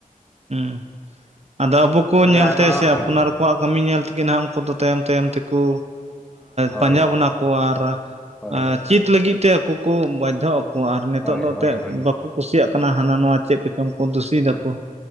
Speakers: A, on the right; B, in the centre.
A: ᱦᱩᱸ ᱟᱫᱚ ᱟᱵᱚ ᱠᱚ
B: ᱛᱚᱵᱮ
A: ᱧᱮᱞᱛᱮ
B: ᱟᱨᱦᱚᱸ
A: ᱥᱮ ᱟᱯᱱᱟᱨ ᱠᱚ ᱠᱚᱣᱟᱜ ᱠᱟᱹᱢᱤ ᱧᱮᱞ ᱛᱮᱜᱮ ᱱᱟᱦᱟᱜ ᱩᱱᱠᱩ ᱫᱚ ᱛᱟᱭᱚᱢ ᱛᱟᱭᱚᱢ ᱛᱮᱠᱚ
B: ᱦᱳᱭ
A: ᱯᱟᱸᱡᱟ ᱵᱚᱱᱟ ᱠᱚ ᱟᱨ
B: ᱦᱳᱭ
A: ᱪᱮᱫ ᱞᱟᱹᱜᱤᱫ ᱛᱮ ᱟᱠᱚ ᱠᱚ ᱵᱟᱫᱽᱫᱷᱚ ᱟᱨ ᱱᱤᱛᱚᱜ
B: ᱦᱳᱭ
A: ᱫᱚ ᱮᱱᱛᱮᱫ
B: ᱦᱳᱭ ᱦᱳᱭ
A: ᱵᱟᱠᱚ ᱠᱩᱥᱤᱭᱟᱜ ᱠᱟᱱᱟ ᱦᱟᱱᱟ ᱱᱟᱣᱟ ᱪᱮᱫ ᱠᱚᱪᱚᱝ ᱠᱚ ᱫᱩᱥᱤ ᱮᱫᱟᱠᱚ᱾
B: ᱦᱳᱭ